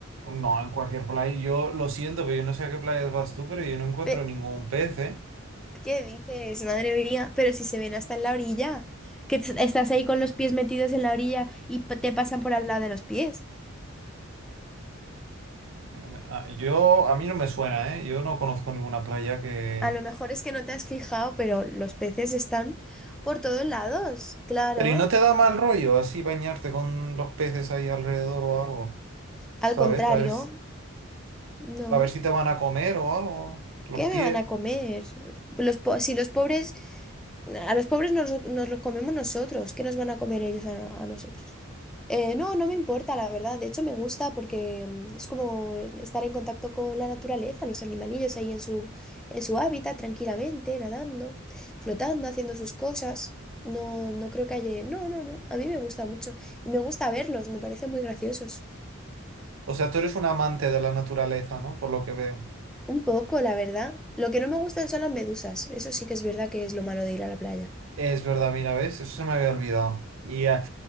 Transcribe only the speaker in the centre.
Pe-
¿Qué dices? Madre mía, pero si se ven hasta en la orilla, que t- estás ahí con los pies metidos en la orilla y p- te pasan por al lado de los pies.
A lo mejor es que no te has fijado, pero los peces están por todos lados, claro.
Al
contrario,
no.
¿Qué
me van a comer? Los po- si los pobres, a los pobres nos, nos los comemos nosotros, ¿qué nos van a comer ellos a, no- a nosotros? Eh, no, no me importa, la verdad. De hecho, me gusta porque mm, es como estar en contacto con la naturaleza, los animalillos ahí en su, en su hábitat, tranquilamente, nadando, flotando, haciendo sus cosas. No, no creo que haya... No, no, no. A mí me gusta mucho. Y me gusta verlos, me parecen muy graciosos.
Un poco, la verdad. Lo que no me gustan son las medusas. Eso sí que es verdad que es lo malo de ir a la playa.